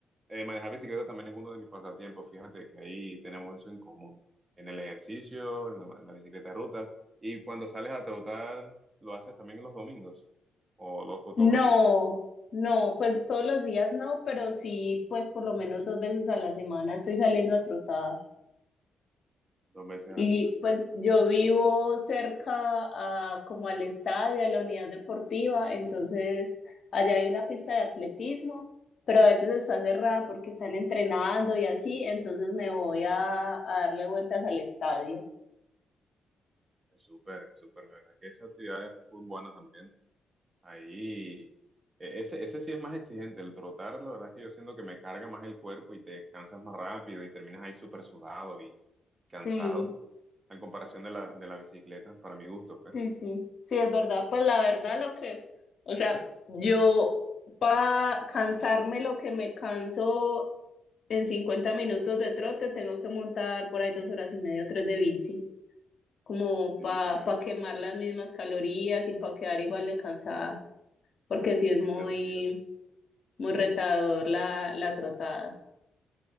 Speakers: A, on the right; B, on the left.
A: Eh, manejar bicicleta también es uno de mis pasatiempos, fíjate que ahí tenemos eso en común, en el ejercicio, en la, en la bicicleta de ruta, y cuando sales a trotar, lo haces también los domingos, o, lo- o
B: No,
A: todos los días,
B: no, pues todos los días no, pero sí, pues por lo menos dos veces a la semana estoy saliendo a trotar.
A: dos veces
B: Y
A: a la semana.
B: pues
A: Bueno,
B: yo vivo cerca a, como al estadio, a la unidad deportiva, entonces allá hay una pista de atletismo, pero a veces está cerrada porque están entrenando y así, entonces me voy a, a darle vueltas al estadio.
A: Es súper, súper, la verdad, que esa actividad es muy buena también. Ahí, eh, ese, ese sí es más exigente, el trotar, la verdad es que yo siento que me carga más el cuerpo y te cansas más rápido y terminas ahí súper sudado y cansado,
B: Sí,
A: en comparación de la, de la bicicleta, para mi gusto, pues.
B: sí, sí, sí, es verdad, pues la verdad lo que, o sea, yo para cansarme lo que me canso en 50 minutos de trote, tengo que montar por ahí dos horas y media, tres de bici. como
A: Sí,
B: para
A: fíjate,
B: quemar las mismas calorías y para quedar igual de cansada, porque sí es
A: fíjate,
B: muy,
A: fíjate.
B: muy retador la, la trotada.